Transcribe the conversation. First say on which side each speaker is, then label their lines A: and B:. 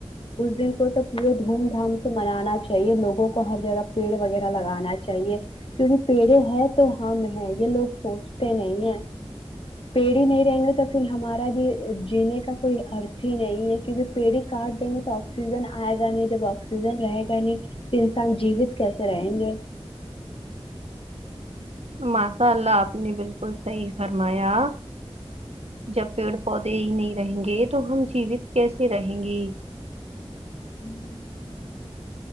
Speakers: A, on the left (about 60°); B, on the right (about 75°).
A: اس دن کو تو پورے دھوم دھام سے منانا چاہیے لوگوں کو ہر جگہ پیڑ وغیرہ لگانا چاہیے کیونکہ پیڑے ہے تو ہم ہیں یہ لوگ سوچتے نہیں ہیں پیڑھی نہیں رہیں گے تو پھر ہمارا بھی جینے کا کوئی ارتھ ہی نہیں ہے کیونکہ پیڑھی کاٹ دیں گے تو آکسیجن آئے گا نہیں جب آکسیجن رہے گا نہیں تو انسان جیوت کیسے رہیں گے
B: ماشاء اللہ آپ نے بالکل صحیح فرمایا جب پیڑ پودے ہی نہیں رہیں گے تو ہم جیوت کیسے رہیں گے
A: <unintelligible>